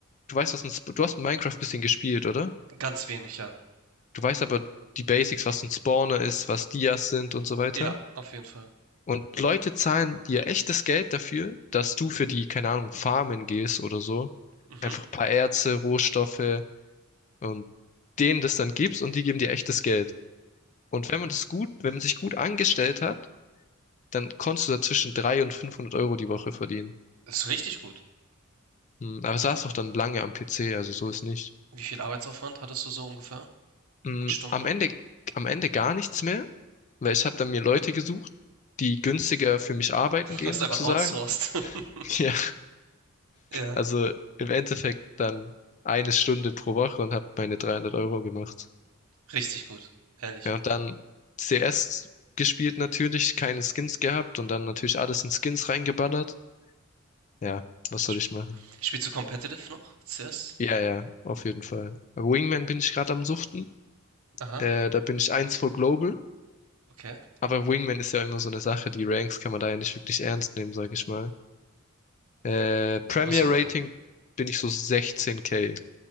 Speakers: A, on the left; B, on the right.
A: du weißt, was ein, Sp- du hast Minecraft ein bisschen gespielt, oder?
B: Ganz wenig, ja.
A: Du weißt aber die Basics, was ein Spawner ist, was Dias sind und so weiter.
B: Ja, auf jeden Fall.
A: Und Leute zahlen dir echtes Geld dafür, dass du für die, keine Ahnung, Farmen gehst oder so.
B: Mhm.
A: Einfach ein paar Erze, Rohstoffe und denen das dann gibst und die geben dir echtes Geld. Und wenn man das gut, wenn man sich gut angestellt hat, dann konntest du da zwischen 300 und 500 Euro die Woche verdienen.
B: Ist richtig gut.
A: Hm, Aber saß auch dann lange am PC, also so
B: Wie
A: ist nicht.
B: wie viel Arbeitsaufwand hattest du so ungefähr?
A: Hm,
B: In Stunden?
A: Am Ende,
B: <laughs>
A: am Ende gar nichts mehr. weil ich habe dann mir Leute gesucht, die günstiger für mich arbeiten gehen
B: Du hast
A: sozusagen.
B: einfach outsourced.
A: <laughs>
B: <laughs>
A: Ja.
B: Ja,
A: Also im Endeffekt dann eine Stunde pro Woche und habe meine 300 Euro gemacht.
B: richtig gut, ehrlich.
A: Ja, und dann CS gespielt natürlich, keine Skins gehabt und dann natürlich alles in Skins reingeballert. Ja, was soll
B: Sp-
A: ich machen?
B: Spielst du competitive noch? CS?
A: Ja, ja, auf jeden Fall. Bei Wingman bin ich gerade am Suchten.
B: Aha,
A: Äh, da bin ich eins vor Global.
B: okay.
A: Aber Wingman ist ja immer so eine Sache, die Ranks kann man da ja nicht wirklich ernst nehmen, sag ich mal. Äh, Premier
B: Aber so,
A: Rating bin ich so 16k.